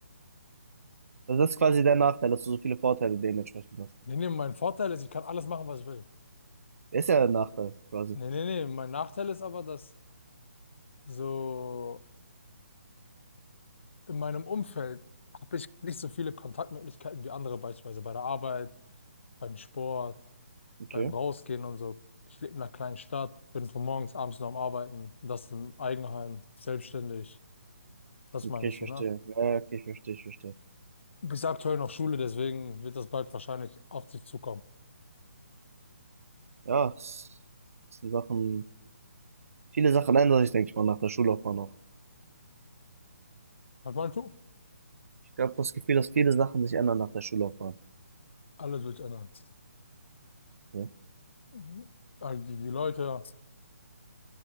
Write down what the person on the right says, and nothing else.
Also das ist quasi der Nachteil, dass du so viele Vorteile dementsprechend hast.
Ist ja der Nachteil, quasi.
Okay.
Okay,
ich
verstehe.
Ja, ja, okay, ich verstehe, ich verstehe.
Ja, es es sind Sachen, viele Sachen ändern sich, denke ich mal, nach der Schullaufbahn noch.
Ich glaube, das Gefühl, dass viele Sachen sich ändern nach der Schullaufbahn.
Ja.